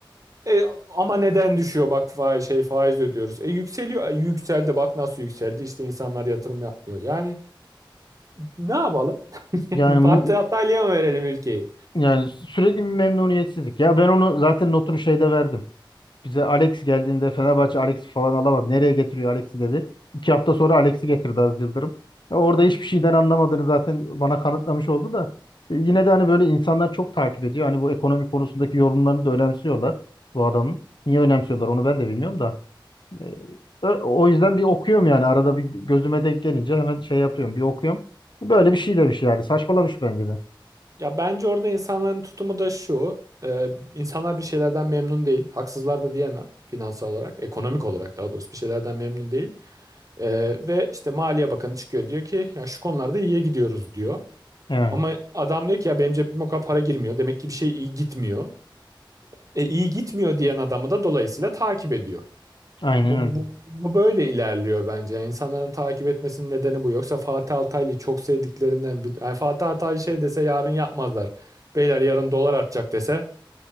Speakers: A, on the right; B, on the left.
A: E, ama neden düşüyor bak faiz, şey faiz ödüyoruz. E yükseliyor. E, yükseldi bak nasıl yükseldi. İşte insanlar yatırım yapmıyor. Yani ne yapalım? <laughs> Yani
B: yani mu,
A: Fatih Altaylı'ya mı verelim ülkeyi?
B: yani sürekli bir memnuniyetsizlik. Ya ben onu zaten notunu şeyde verdim. Bize Alex geldiğinde Fenerbahçe Alex'i falan alamadı. Nereye getiriyor Alex'i dedi. İki hafta sonra Alex'i getirdi Aziz Yıldırım. Ya orada hiçbir şeyden anlamadığını zaten bana kanıtlamış oldu da. E, Yine de hani böyle insanlar çok takip ediyor. Hani bu ekonomi konusundaki yorumlarını da önemsiyorlar bu adamın. Niye önemsiyorlar onu ben de bilmiyorum da. Ee, ö- O yüzden bir okuyorum yani arada bir gözüme denk gelince hemen şey yapıyorum bir okuyorum. Böyle bir şey demiş yani saçmalamış bence de.
A: Ya bence orada insanların tutumu da şu. E, insanlar bir şeylerden memnun değil. Haksızlar da diyemem finansal olarak, ekonomik olarak daha doğrusu bir şeylerden memnun değil. E, ve işte Maliye Bakanı çıkıyor diyor ki ya şu konularda iyiye gidiyoruz diyor.
B: Yani
A: Ama adam diyor ki ya benim cebime o kadar para girmiyor. Demek ki bir şey iyi gitmiyor. E, iyi gitmiyor diyen adamı da dolayısıyla takip ediyor.
B: aynen
A: Bu,
B: öyle.
A: bu, bu böyle ilerliyor bence. Yani insanların takip etmesinin nedeni bu. Yoksa Fatih Altaylı'yı çok sevdiklerinden bir... Yani Fatih Altaylı şey dese yarın yapmazlar. Beyler yarın dolar artacak dese